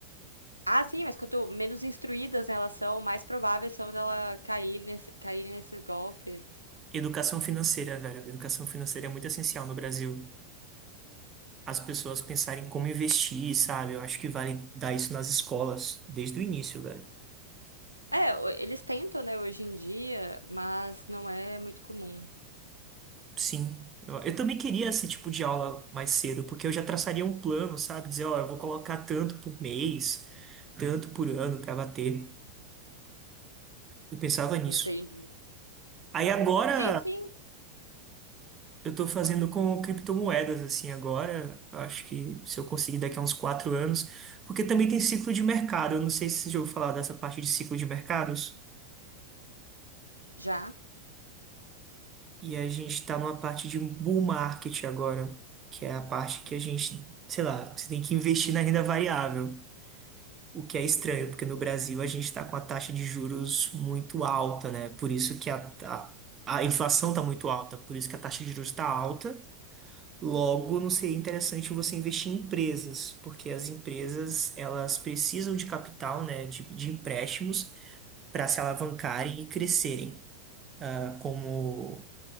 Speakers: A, on the left; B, on the right.
A: Ah, sim, mas quanto menos instruídas né, elas são, mais prováveis são dela cair nesse, cair nesse golpe.
B: Educação financeira, velho. Educação financeira é muito essencial no Brasil. As pessoas pensarem como investir, sabe? Eu acho que vale dar isso nas escolas desde o início, velho.
A: É, o- eles tentam, né, hoje em dia, mas não é muito comum.
B: Sim. Eu, eu também queria esse tipo de aula mais cedo, porque eu já traçaria um plano, sabe? Dizer, ó, eu vou colocar tanto por mês, tanto por ano pra bater. Eu pensava nisso.
A: Entendi.
B: Aí agora
A: Sim, sim,
B: eu tô fazendo com criptomoedas, assim, agora. Eu acho que se eu conseguir daqui a uns quatro anos, porque também tem ciclo de mercado. Eu não sei se você já ouviu falar dessa parte de ciclo de mercados.
A: já.
B: E a gente tá numa parte de um bull market agora, que é a parte que a gente, sei lá, você tem que investir na renda variável. O que é estranho, porque no Brasil a gente está com a taxa de juros muito alta, né? Por isso que a, a, a inflação está muito alta, por isso que a taxa de juros está alta Logo, não seria interessante você investir em empresas, porque as empresas elas precisam de capital, né, de, de empréstimos para se alavancarem e crescerem. Ah, como